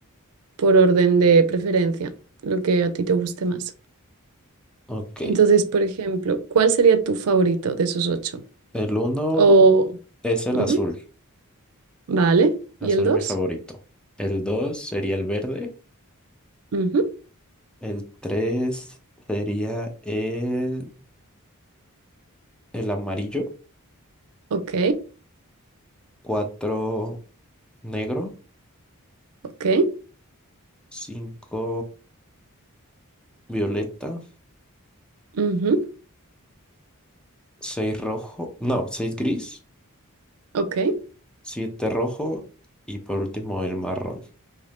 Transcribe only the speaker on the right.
por orden de preferencia, lo que a ti te guste más.
Entonces, por ejemplo, ¿cuál sería tu favorito de esos ocho?
O...
ujú,
Vale.
¿Y
el dos?
Ujú,
Ok,
ok,
ujú,
ok.